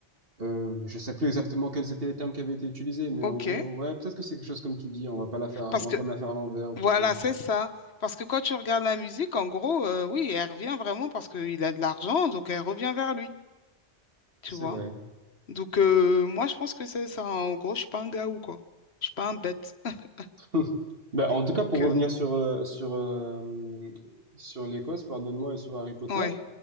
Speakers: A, on the right (about 60°); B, on the left (about 75°).
A: Euh, je sais plus exactement quels étaient les termes qui avaient été utilisés, mais
B: Ok.
A: en gros, ouais, peut-être que c'est quelque chose comme tu dis, on va pas la faire,
B: Parce
A: on
B: que,
A: va pas me la faire à l'envers ou
B: voilà,
A: quelque chose comme ça.
B: c'est ça. Parce que quand tu regardes la musique, en gros, euh, oui, elle revient vraiment parce qu'il a de l'argent, donc elle revient vers lui, tu
A: C'est
B: vois.
A: vrai.
B: Donc, euh, moi, je pense que c'est ça. En gros, je suis pas un gars ou quoi. Je suis pas un bête. <laughs>
A: <laughs> Ben, en tout
B: Donc,
A: cas, pour revenir
B: euh,
A: sur euh, sur euh, sur l'Écosse, pardonne-moi, et sur Harry Potter.
B: ouais,